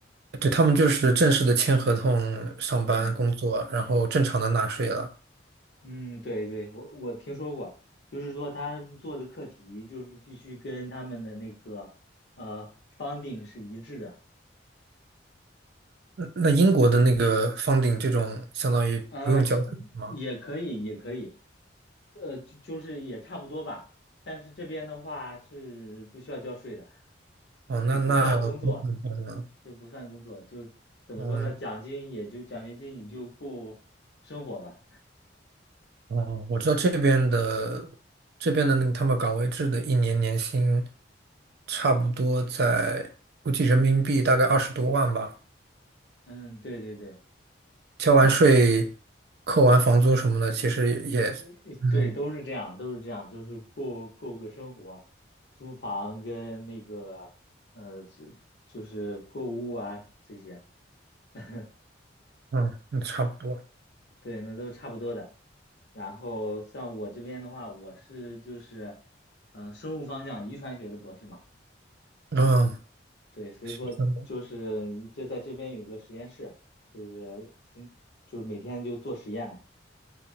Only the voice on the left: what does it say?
嗯
嗯，对对，我我听说过，就是说他们做的课题就是必须跟他们的那个呃 funding 是一致的，
呃也也可以也可以，呃，就就是也差不多吧，但是这边的话是不需要交税的，
就不算工作，就不算工作，就怎么说呢，
奖金也就奖学金也就够生活吧。
嗯，对对对，
诶，诶对，都是这样，都是这样，都是过过个生活，租房跟那个呃，这就是购物啊这些。<laughs>
对，那都差不多的。然后像我这边的话，我是就是，嗯、生物方向遗传学的博士嘛。
对，所以说就是就在这边有个实验室，
就是嗯就是每天就做实验嘛。